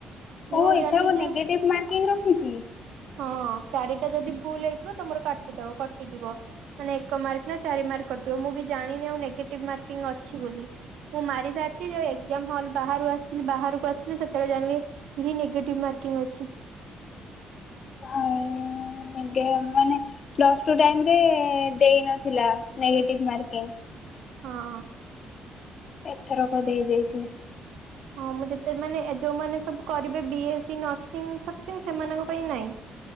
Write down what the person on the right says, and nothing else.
ମୁଁ
ଆଉ
ଜାଣିନି
ଯେ
ହଁ ଚାରିଟା ଯଦି ଭୁଲ ହେଇଥିବ ତମର କାଟି ଦବ କଟିଯିବ। ମାନେ ଏକ ମାର୍କ ନା ଚାରି ମାର୍କ କଟିବ ମୁଁ ବି ଜାଣିନି ଆଉ ନେଗେଟିଭ ମାର୍କିଂ ଅଛି ବୋଲି। ମୁଁ ମାରି ସାରିଛି ଯୋଉ ଏକ୍ଜାମ ହଲ ବାହରୁ ଆସିଲି ବାହାରକୁ ଆସିଲି ସେତେବେଳେ ଜାଣିଲି କି ନେଗେଟିଭ ମାର୍କିଂ ଅଛି।
ହଁ।
ହଁ ମୁଁ ଯେତେ ମାନେ ଏ ଯେଉମାନେ ସବୁ କରିବେ ବିଏ ସି ନର୍ସିଂ ଫର୍ସିଂ ସେମାନଙ୍କ ପାଇଁ ନାହିଁ।